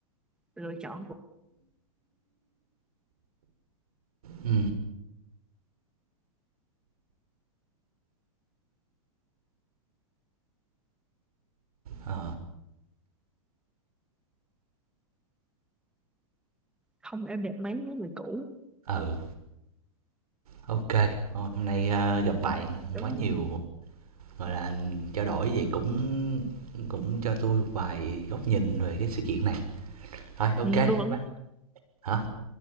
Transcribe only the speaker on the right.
Ừ. Ờ.
Ừ, OK. Hôm hôm nay, a, gặp bạn
quá
nhiều, gọi là, trao đổi vậy cũng cũng cho tôi một vài góc nhìn về cái sự kiện này. Rồi, OK,
bye.
Hả?